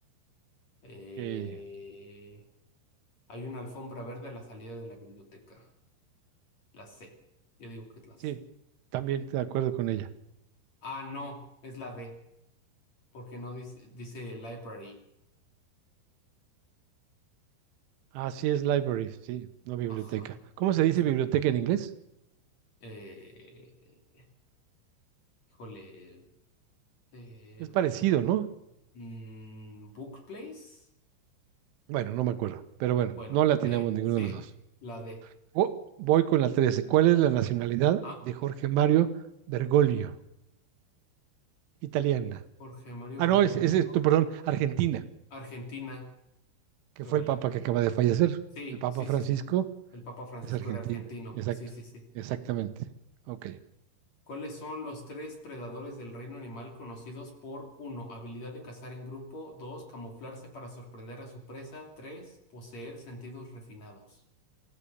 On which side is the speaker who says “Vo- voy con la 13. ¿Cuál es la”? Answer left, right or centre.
Right